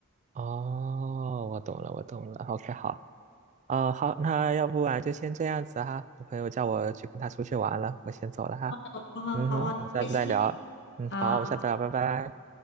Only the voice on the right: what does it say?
哦，我懂了，我懂了。OK，好，啊、好，那要不然就先这样子哈。我朋友叫我去跟他出去玩了，我先走了哈。
嗯哼，我们下次再聊。
嗯，
好，我们下次聊，拜拜。